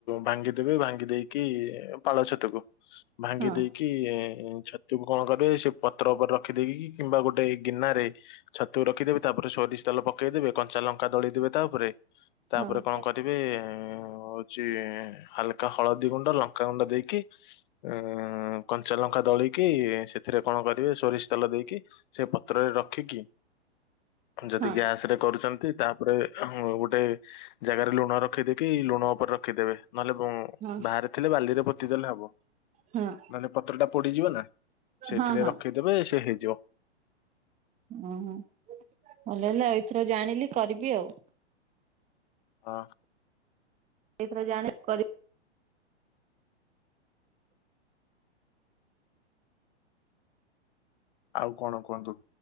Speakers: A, on the left; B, on the right.
A: ଭାଙ୍ଗିଦେବେ ଭାଙ୍ଗି ଦେଇକି ପାଳ ଛତୁକୁ। ଭାଙ୍ଗି
B: ହଁ
A: ଦେଇକି-ଏ ଛତୁକୁ କଣ କରିବ ସେ ପତ୍ର ଉପରେ ରଖିଦେଇକି କିମ୍ବା ଗୋଟେ ଗିନାରେ ଛତୁ ରଖିଦେବେ ତାପରେ ସୋରିଷ ତେଲ ପକେଇଦେବେ କଞ୍ଚା ଲଙ୍କା ଦଳିଦେବେ ତାଉପରେ। ତାପରେ
B: ହଁ
A: କଣ କରିବେ ହଉଛି ହାଲ ତ ହଳଦୀ ଗୁଣ୍ଡ ଲଙ୍କାଗୁଣ୍ଡ ଦେଇକି ଅଂ କଞ୍ଚା ଲଙ୍କା ଦଳିକି ସେଥିରେ କଣ କରିବେ ସୋରିଷ ତେଲ ଦେଇକି ସେ ପ ପତ୍ରରେ ରଖିକି ଯଦି
B: ହଁ ହଁ
A: ଗ୍ୟାସରେ କରୁଛନ୍ତି ତାପରେ ଗୋଟେ ଜାଗାରେ ଲୁଣ ରଖିଦେଇକି ଲୁଣ ଉପରେ ରଖିଦେବେ ନହେଲେ ବୁ
B: ହଁ
A: ବାହାରେ ଥିଲେ ବାଲିରେ ପୋତିଦେଲେ ହବ।
B: ହଁ
A: ମାନେ ପତ୍ର ଟା ପୋଡିଯିବ ନା। ସେଇଥିରେ
B: ହଁ ହଁ
A: ରଖିଦେବେ ସେ ହେଇଯିବ।
B: ଓହୋ। ଭଲ ହେଲା ଆଉ ଏଥର ଜାଣିଲି କରିବି ଆଉ।
A: ହଁ।
B: ଏଇଥର ଜାଣି କର।
A: ଆଉ କଣ କୁହନ୍ତୁ।